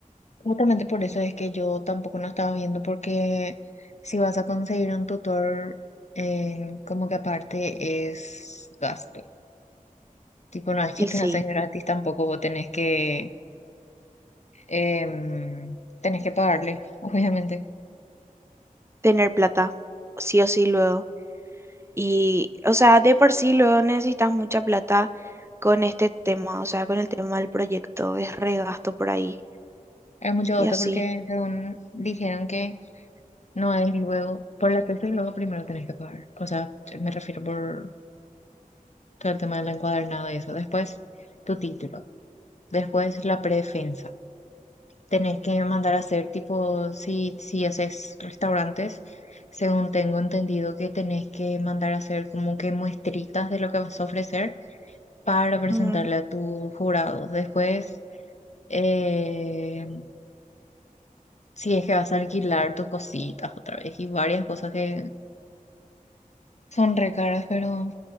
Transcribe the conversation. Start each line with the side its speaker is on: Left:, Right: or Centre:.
Left: Justamente por eso es que yo tampoco no estaba viendo, porque si vas a conseguir un tutor, eh, como que aparte es gasto. Tipo, no es que
Right: Y
Left: te
Right: sí,
Left: hacen gratis tampoco, vos tenés que, em, tenés que pagarle, <laughs> obviamente.
Right: tener plata, sí o sí luego. Y, o sea, de por sí luego necesitas mucha plata con este tema, o sea, con el tema del proyecto, es regasto por ahí.
Left: Es mucho
Right: Y
Left: gasto
Right: así.
Left: porque según dijeron que no es luego, por la tesis luego primero tenés que pagar. O sea, me refiero por todo el tema del encuadernado y eso. Después, tu título. Después, la predefensa. Tenés que mandar a hacer tipo, si, si haces restaurantes, según tengo entendido que tenés que mandar a hacer como que muestritas de lo que vas a ofrecer para presentarle
Right: Ujú,
Left: a tus jurados. Después, eh, si es que vas a alquilar tus cositas otra vez y varias cosas que son re caras, pero